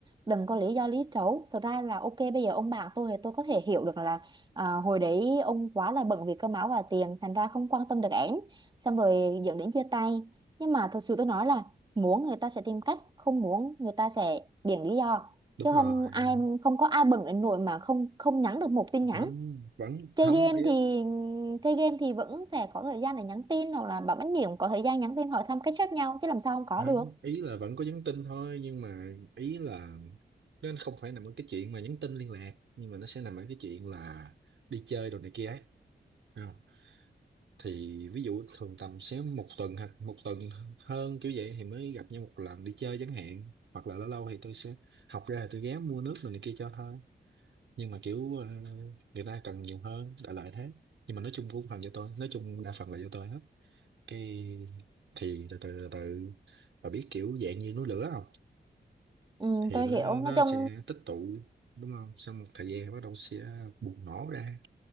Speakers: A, on the right (about 25°); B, on the right (about 80°).
A: đừng có lý do lý trấu thực ra là ok bây giờ ông bạn tôi thì tôi có thể hiểu được là à, hồi đấy ông quá là bận vì cơm áo và tiền thành ra không quan tâm được ẻn xong rồi dẫn đến chia tay nhưng mà thực sự tôi nói là muốn người ta sẽ tìm cách không muốn người ta sẽ biện lý do
B: đúng
A: chứ
B: rồi
A: không ai không có ai bận đến nỗi mà không không nhắn được một tin nhắn
B: không vẫn
A: chơi
B: không
A: game
B: ý-
A: thì chơi game thì vẫn sẽ có thời gian để nhắn tin hoặc là bảo bánh điểm có thời gian nhắn tin hỏi thăm catch up nhau chứ làm sao không có
B: Không,
A: được
B: ý là vẫn có nhắn tin thôi nhưng mà ý là nó không phải nằm ở cái chuyện mà nhắn tin liên lạc nhưng mà nó sẽ nằm ở cái chuyện là đi chơi đồ này kia ấy Thấy không? thì ví dụ thường tầm sẽ một tuần hoặc một tuần hơn kiểu vậy thì mới gặp nhau một lần đi chơi chẳng hạn hoặc là lâu lâu thì tôi sẽ học ra thì tôi ghé mua nước rồi này kia cho thôi nhưng mà kiểu ờ, người ta cần nhiều hơn đại loại thế nhưng mà nói chung cũng phần cho tôi nói chung đa phần là do tôi hết cái thì từ từ từ từ và biết kiểu dạng như núi lửa không
A: ừ,
B: thì
A: tôi
B: nó
A: hiểu
B: nó
A: nói chung
B: sẽ tích tụ đúng không sau một thời gian bắt đầu sẽ bùng nổ ra